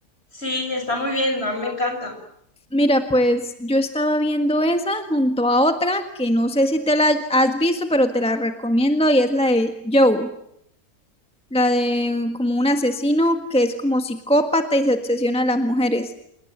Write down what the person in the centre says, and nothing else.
Mira, pues yo estaba viendo esa junto a otra que no sé si te la has visto, pero te la recomiendo y es la de Joe, la de como un asesino que es como psicópata y se obsesiona a las mujeres.